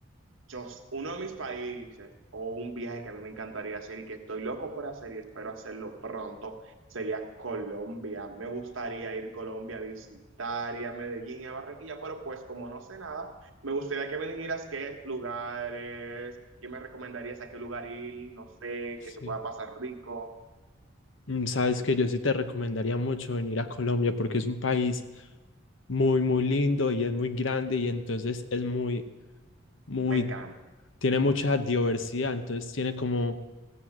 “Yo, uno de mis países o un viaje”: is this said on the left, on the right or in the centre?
Right